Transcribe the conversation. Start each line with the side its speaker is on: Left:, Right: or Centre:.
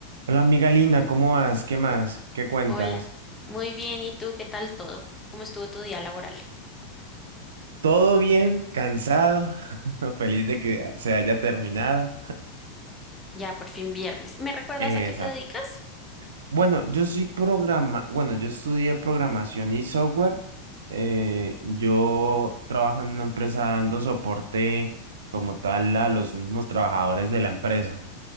Right: Hola amiga Lina, ¿cómo vas? ¿Qué más? ¿Qué cuentas?
Left: Hola, muy bien. ¿Y tú qué tal todo? ¿Cómo estuvo tu día laboral?
Right: ¿Todo bien? ¿Cansado? <laughs> Feliz de que se haya terminado.
Left: Ya por fin viernes. ¿Me recuerdas
Right: Eh,
Left: a qué
Right: Exacto.
Left: te dedicas?
Right: Bueno, yo soy programa, bueno, yo estudié programación y software. Eh, yo trabajo en una empresa dando soporte como tal a los mismos trabajadores de la empresa.